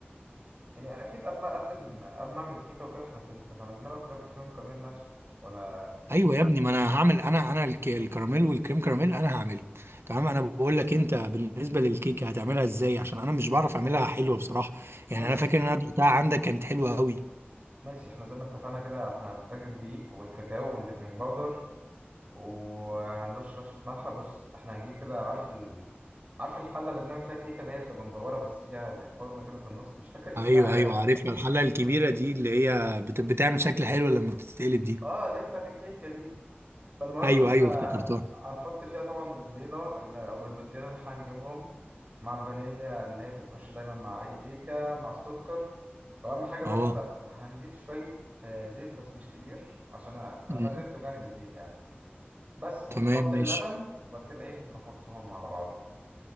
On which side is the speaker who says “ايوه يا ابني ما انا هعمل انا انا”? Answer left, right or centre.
Right